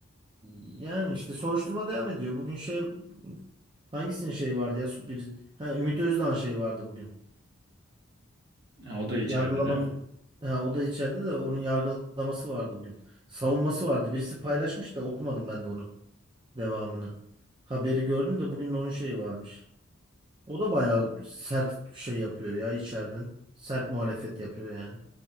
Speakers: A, on the right (about 25°); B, on the right (about 55°).
A: Yani işte soruşturma devam ediyor. Bugün şey hangisinin şeyi vardı ya? Biri, ha, Ümit Özdağ'ın şeyi vardı bugün.
B: Ha, o da içeride
A: Yargılaması.
B: değil mi?
A: Ha, o da içeride de onun yargılaması vardı bugün. Savunması vardı. Birisi paylaşmış da okumadım ben de onu. Devamını. Haberi gördüm de bugün onun şeyi varmış. O da bayağı sert şey yapıyor ya içeriden. Sert muhalefet yapıyor yani.